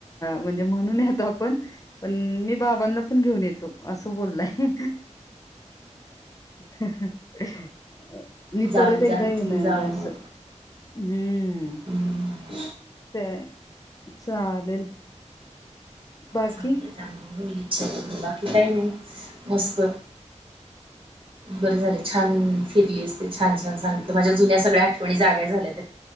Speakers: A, on the left (about 25°); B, on the right (about 45°).
A: म्हणजे, म्हणून येतो. आपण पण मी बाबांना पण घेऊन येतो, असं बोललाय. <unintelligible> मी
B: जाल
A: परत एकदा
B: जाल
A: येणार
B: तुम्ही जावा
A: असं.
B: मग
A: हम्म!
B: हम्म,
A: ते चालेल. बाकी
B: चांगलंय चांगलय होईल, बाकी काय नाही मस्त.
A: <inaudible>
B: बरं झालं छा! न फिरलीस ते छान छान सांगितलं माझ्या जुन्या सगळ्या आठवणी जाग्या झाल्यात